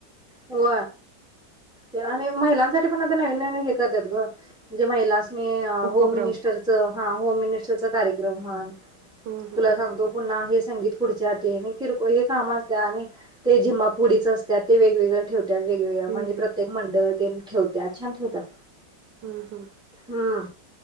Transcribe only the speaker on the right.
उपक्रम
हम्म
हम्म.
हम्म हम्म.
हम्म हम्म